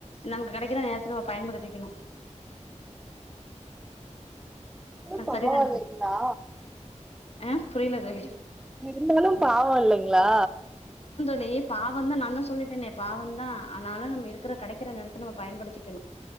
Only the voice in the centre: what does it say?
இருந்தாலு பாவோ
இல்லைங்களா
<unintelligible> இருந்தாலு பாவோ இல்லைங்களா